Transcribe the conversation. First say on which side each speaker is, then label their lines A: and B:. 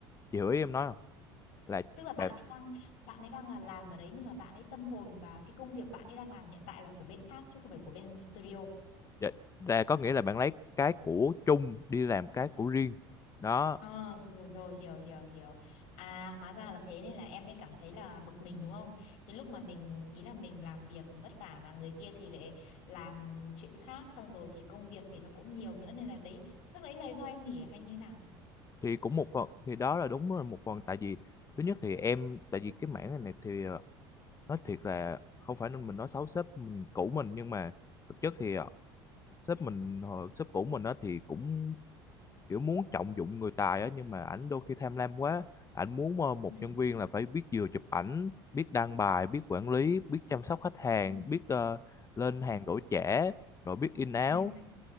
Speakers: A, on the left; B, on the left.
A: chị hiểu ý em nói không là
B: Tức là bạn
A: bạn
B: ấy đang bạn ấy đang là làm ở đấy nhưng mà bạn ấy tâm hồn và cái công việc bạn ấy đang làm hiện tại là của bên khác chứ không phải của bên studio.
A: dạ, là có nghĩa là bạn lấy cái của chung đi làm cái của riêng đó
B: Ờ, rồi rồi hiểu hiểu hiểu à hóa ra là thế nên là em mới cảm thấy là bực mình đúng không cái lúc mà mình ý là mình làm việc vất vả mà người kia thì lại làm chuyện khác xong rồi thì công việc thì nó cũng nhiều nữa nên là đấy chắc đấy là do em nghỉ à, hay như nào
A: thì cũng một phần thì đó là đúng là một phần tại vì thứ nhất thì em tại vì cái mảng này, này thì ờ, nói thiệt là không phải nên mình nói xấu sếp mình cũ mình nhưng mà thực chất thì ờ, sếp mình hồi sếp cũ mình á thì cũng kiểu muốn trọng dụng người tài á nhưng mà ảnh đôi khi tham lam quá ảnh muốn ờ, một
B: ừ
A: nhân viên là phải biết vừa chụp ảnh biết đăng bài biết quản lý biết chăm sóc khách hàng
B: ừ
A: biết ờ, lên
B: ừ
A: hàng đổi trẻ rồi biết in áo
B: ừ ừ